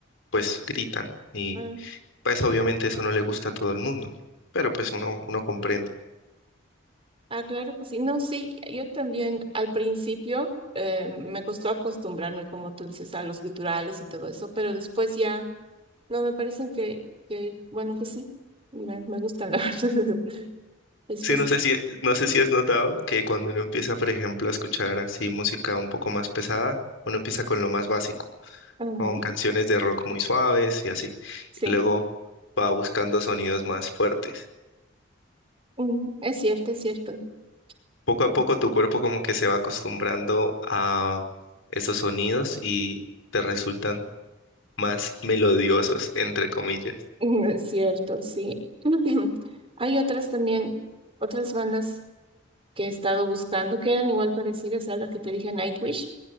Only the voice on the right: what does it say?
Ah,
ah, claro, pues sí. No, sí, yo también al principio eh, me costó acostumbrarme, como tú dices, a los guturales y todo eso, pero después ya. No, me parecen que, que bueno, pues sí, me, me gustan, la verdad. <laughs> Después,
ajá,
sí,
Mm, es cierto, es cierto. <laughs>
Mm,
mm, Es cierto, sí. <clears throat> Hay otras también, otras bandas que he estado buscando que eran igual parecidas a la que te dije Nightwish,